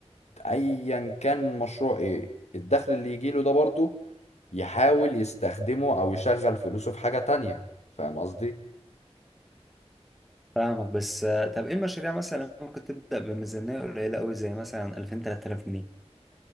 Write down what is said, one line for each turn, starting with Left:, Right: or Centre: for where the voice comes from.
Left: ايا كان مشروع ايه الدخل اللي يجيله ده برضه يحاول يستخدمه او يشغل فلوسه في حاجة تانية فاهم قصدي؟
Centre: فاهمك بس آه، طب ايه المشاريع مثلا ممكن تبدأ بميزانية قليلة قوي زي مثلا 2000 3000 جنيه